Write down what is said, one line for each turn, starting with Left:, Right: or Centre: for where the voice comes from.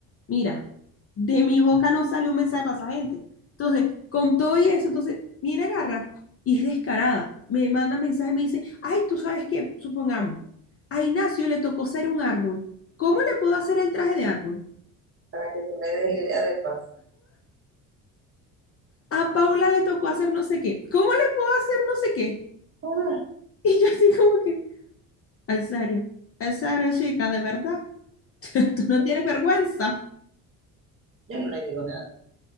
Left: Mira, de mi boca no sale un mensaje para esa gente. Entonces, con todo y eso, entonces, viene, agarra y es descarada. Me manda mensaje, me dice, ay, tú sabes qué, supongamos, a Ignacio le tocó ser un árbol. ¿Cómo le puedo hacer el traje de árbol?
Right: Para que tú le des idea de paso.
Left: a Paula le tocó hacer no sé qué. ¿Cómo le puedo hacer no sé qué? <laughs>
Right: Ah,
Left: Y yo así como que, ¿en serio, ¿En serio, chica, de verdad. <laughs> Tú no tienes vergüenza,
Right: yo no le digo nada.